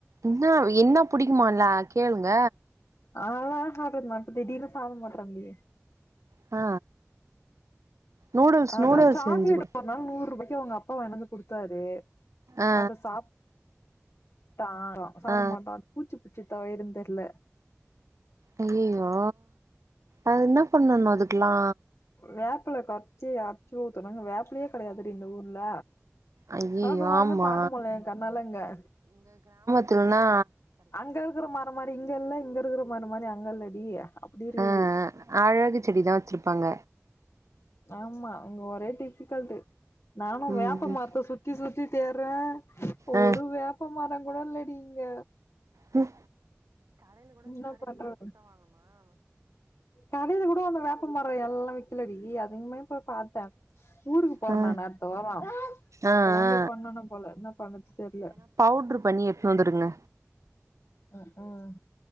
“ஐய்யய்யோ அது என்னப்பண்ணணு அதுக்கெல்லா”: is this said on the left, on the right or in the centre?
Right